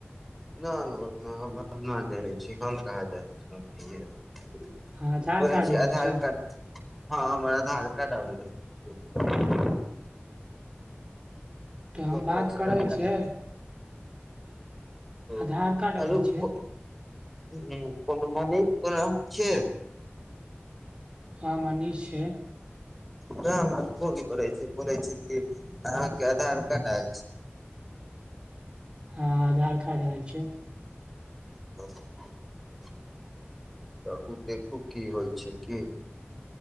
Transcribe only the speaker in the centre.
नहि नहि उतना हम हम न जानै छी हम कहाँ जाने छी
बोला
छी
आधार
कार्ड हाँ हमरा आधार कार्ड आबेल
कैसन
आधार
कार्ड ओ
कहलू
ह्म
कोनो मनी कोन <unintelligible> छै
व हमरा फोन करै छै बोलै छै कि अहाँके आधार कार्ड आयल छै <inaudible>
ब तऽ ओ देखू की होइ छै की